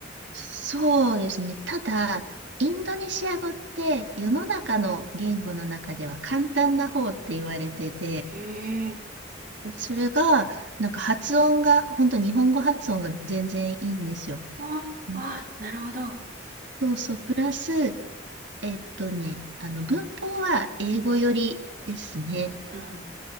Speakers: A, on the right; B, on the right.
A: そうですね。ただ、インドネシア語って世の中の言語の中では簡単な方って言われてて、
B: へえ、
A: でそれが、なんか発音が、本当日本語発音が全然いいんですよ。
B: あ、
A: うん
B: あ、なるほど。
A: そうそう、プラス、えっとね、あの、文法は英語よりですね。
B: うん。